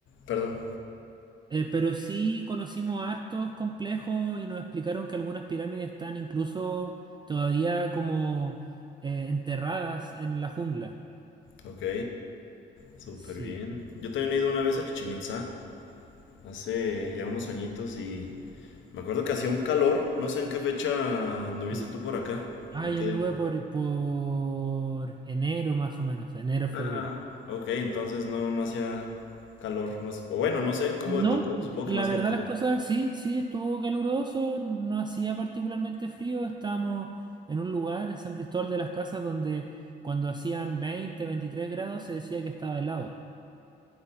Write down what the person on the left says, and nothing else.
Perdón.
Ok, súper
bien. Yo también he ido una vez a Chichen Itzá hace ya unos añitos y Me acuerdo que hacía un calor, no sé en qué fecha anduviste
tú por acá.
¿En
qué?
Ah, ok, entonces no, no hacía calor. No, s- o bueno, no sé cómo
te tocó,
supongo que no hacía
calor.